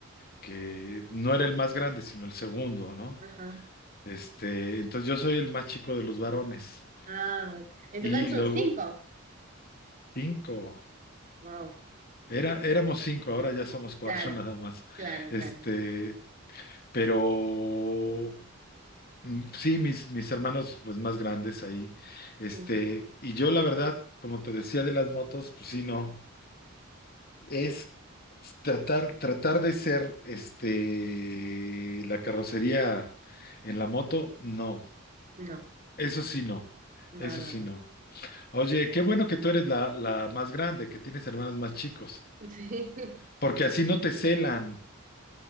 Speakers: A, on the left (about 45°); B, on the right (about 40°).
A: que no era el más grande, sino el segundo, ¿no?
B: Ajá.
A: Este, entonces yo soy el más chico de los varones.
B: Ah, en
A: Y
B: total son
A: luego,
B: cinco.
A: cinco.
B: Wow.
A: Era, éramos cinco, ahora ya somos cuatro
B: Claro,
A: <laughs> nada más.
B: claro,
A: Este,
B: claro.
A: pero mm, sí, mis, mis hermanos pues más grandes ahí. Este,
B: Mm,
A: y yo la verdad, como te decía de las motos, pues sí, no. Es tratar, tratar de ser este la carrocería en la moto, no.
B: No,
A: Eso sí, no.
B: no,
A: Eso
B: no,
A: sí,
B: no.
A: no. Oye, qué bueno que tú eres la, la más grande, que tienes hermanos más chicos,
B: <laughs> Sí. <laughs>
A: porque así no te celan.